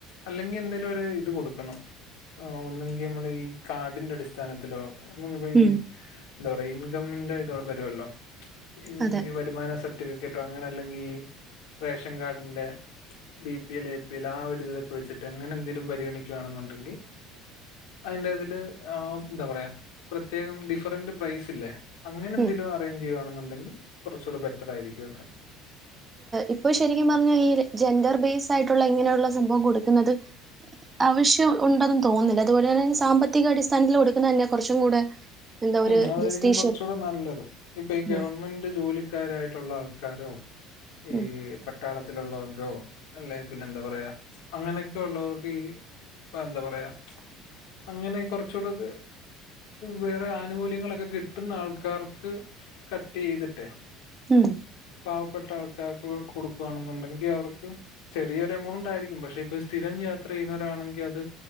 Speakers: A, on the left; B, on the right.
A: അല്ലെങ്കി എന്തെലും ഒരു ഇത് കൊടുക്കണം ആഹ് ഒന്നെങ്കി നമ്മൾ ഈ കാടിന്റെ അടിസ്ഥാനത്തിലോ നമുക്കിപ്പ
B: ഉം
A: ഈ എന്താ പറയാ ഇൻകമിന്റെ ഇത് വരുവല്ലോ- ഇൻ
B: അതെ
A: വരുമാന സർട്ടിഫിക്കറ്റോ അങ്ങനെ അല്ലെങ്കിൽ ഈ റേഷൻ കാർഡിന്റെ B P L A P L ആ ഒരുരി ഇതിതൊക്കെ വെച്ചിട്ട് അങ്ങനെന്തേലും പരിഗണിക്കുകയാണെന്നുണ്ടെങ്കിൽ. പിന്നെ തില് ആഹ് എന്താ പറ പ്രത്യകം ഡിഫ്റെന്റ് പ്രൈസ് ല്ലേ അങ്ങനെ എന്തേലു
B: ഉം.
A: അ അറേഞ്ച് ചെയ്യുകയാണെന്നുണ്ടങ്കിൽ കൊറച്ചുടെ ബെറ്റർ ആയിരിക്കു എന്നര്
B: ഇപ്പൊ ശരിക്കും പറഞ്ഞു ഈ ജെൻഡർ ബേസ് ആയിട്ടുള്ള ഇങ്ങനെയുള്ള സംഭവം കൊടുക്കുന്നത് ആവശ്യം ഉണ്ടും തോന്നുന്നില്ല അതുപോലെ തന്നെ സാമ്പത്തിക അടിസ്ഥാനത്തിൽ കൊടുക്കുന്ന തന്നെ കൊറച്ചും കൂടെ- എന്താ
A: ഉം
B: ഒരു
A: അതായിരിക്കും
B: ജസ്റ്റിഷ്യസ്
A: കൊറച്ചുകൂടെ നല്ലത് ഇപ്പൊ ഈ ഗവൺമെന്റ്
B: ഉം
A: ജോലിക്കാരായിട്ടുള്ള ആൾക്കാരോ? ഈ
B: ഉം
A: പട്ടാളത്തിലുള്ളവരോ അല്ലെ പിന്നെ എന്താ പറയാ- അങ്ങനെയൊക്കെ ഒള്ളവർക്ക് ഈ എന്താ പറയാ- അങ്ങനെ കൊറച്ചുകൂടെത് വേറെഅ ആനുകൂല്യങ്ങളൊക്കെ കിട്ടുന്ന ആൾക്കാർക്ക് കട്ട് യ്തിട്ടെ
B: ഉം
A: പാവപ്പെട്ട ആൾക്കാർക്ക് കൊടുക്കവാണെന്നുണ്ടെങ്കിൽ അവർക്ക്- ചെറിയൊരു എമൗണ്ട് ആയിരിക്കും പക്ഷെ ഇപ്പൊ സ്ഥിരം യാത്ര ചെയ്യുന്നവരാണെങ്കിൽ അത്-